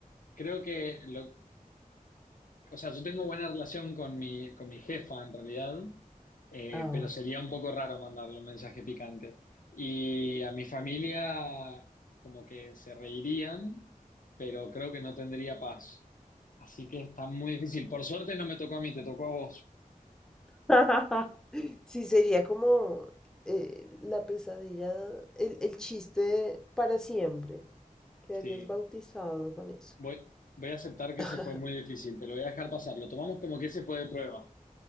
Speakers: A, on the left; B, in the centre.
A: Creo que lo, o sea, yo tengo buena relación con mi, con mi jefa en realidad, eh,
B: Ah.
A: pero sería un poco raro mandarle un mensaje picante. Y a mi familia como que se reirían, pero creo que no tendría paz. Así que está muy difícil. Por suerte no me tocó a mí, te tocó a vos.
B: <laughs> Sí, sería como eh, la pesadilla, el, el chiste para siempre. Quedarías
A: Sí,
B: bautizado con eso.
A: voy, voy a aceptar que
B: <laughs>
A: ese fue muy difícil, te lo voy a dejar pasar. Lo tomamos como que ese fue de prueba.